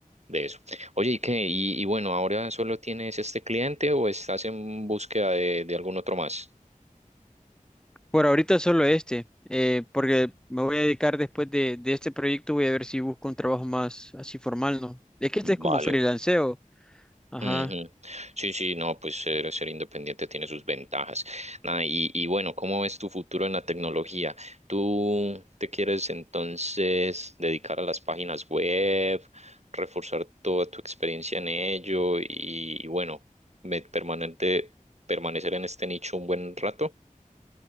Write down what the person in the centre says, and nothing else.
Por ahorita solo este, eh, porque me voy a dedicar después de, de este proyecto, voy a ver si busco un trabajo más así formal, ¿no? Es que este es como
freelanceo. Ajá.